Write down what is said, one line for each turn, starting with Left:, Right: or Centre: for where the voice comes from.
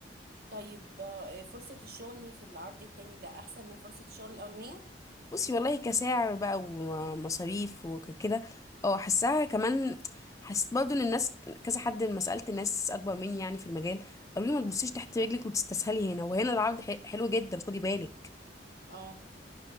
Right: طيب آه، فرصة الشغل في العرض التاني ده أحسن من فرصة الشغل الأولانية؟
Left: بصي والله كسعر بقى ومصاريف وكده اه حسها كمان حسيت برضو ان الناس كذا حد لما سألت ناس اكبر مني يعني في المجال قالوا لي ما تبصيش تحت رجلك وتستسهلي هنا وهنا العرض ح- حلو جدا خدي بالك
Right: اه